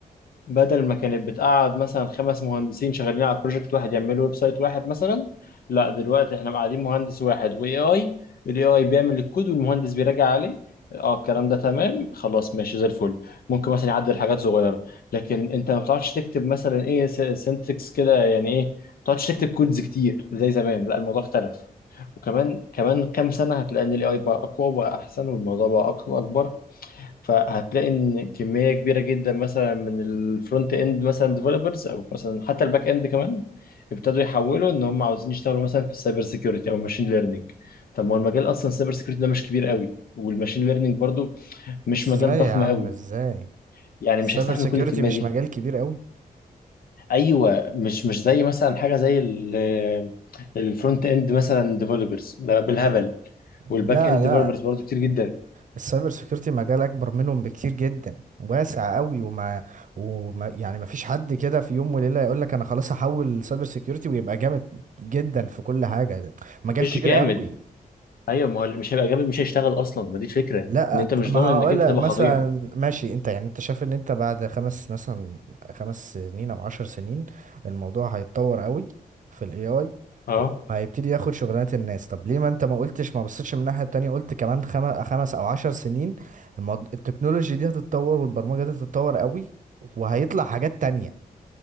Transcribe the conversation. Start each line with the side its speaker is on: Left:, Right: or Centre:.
Left: بدل ما كانت بتقعد مثلا خمس مهندسين شغالين على بروجكت واحد يعملوا ويب سايت واحد مثلا لا دلوقتي احنا قاعدين مهندس واحد واي اي الاي اي بيعمل الكود والمهندس بيراجع عليه اه الكلام ده تمام خلاص ماشي زي الفل ممكن مثلا يعدل حاجات صغيره لكن انت ما بتعرفش تكتب مثلا ايه سنتكس كده يعني ايه ما بتعرفش تكتب كودز كتير زي زمان لا الموضوع اختلف وكمان كمان كام سنه هتلاقي ان الاي اي بقى اقوى وبقى احسن والموضوع بقى أق- اكبر فهتلاقي ان كميه كبيره جدا مثلا من الفرونت اند مثلا ديفلوبرز او مثلا حتى الباك اند كمان ابتدوا يحولوا ان هم عاوزين يشتغلوا مثلا في السايبر سيكيورتي او الماشين ليرنينج طب ما هو المجال اصلا السايبر سيكيورتي ده مش كبير قوي والماشين ليرنينج برضو مش
Right: بس
Left: مجال
Right: ازاي
Left: ضخم
Right: يا عم
Left: قوي
Right: ازاي
Left: يعني
Right: السايبر
Left: مش هيستحمل
Right: سيكيورتي
Left: كل الكميه
Right: مش
Left: دي
Right: مجال كبير قوي
Left: ايوه مش مش زي مثلا حاجه زي ال- الفرونت اند مثلا ديفلوبرز ده بالهبل والباك
Right: لا
Left: اند
Right: لا
Left: ديفلوبرز برضو كتير جدا
Right: السايبر سيكيورتي مجال اكبر منهم بكتير جدا واسع قوي وما, وما يعني ما فيش حد كده في يوم وليله يقول لك انا خلاص هحول سايبر سيكيورتي ويبقى جامد جدا في كل حاجه ده مجال
Left: مش
Right: كبير
Left: جامد
Right: قوي
Left: ايوه ما هو اللي مش هيبقى جامد مش هيشتغل اصلا ما دي الفكره
Right: لا
Left: ان انت مش
Right: ما
Left: ضامن
Right: هقول
Left: انك انت
Right: لك
Left: تبقى
Right: مثلا
Left: خطير
Right: ماشي انت يعني انت شايف ان انت بعد خمس مثلا خمس سنين او عشر سنين الموضوع هيتطور قوي في الاي اي
Left: اه
Right: وهيبتدي ياخد شغلانات الناس طب ليه ما انت ما قلتش ما بصيتش من الناحية التانية قلت كمان خمس خمس او عشر سنين الموض- التكنولوجي دي هتتطور والبرمجة دي هتتطور قوي وهيطلع حاجات تانية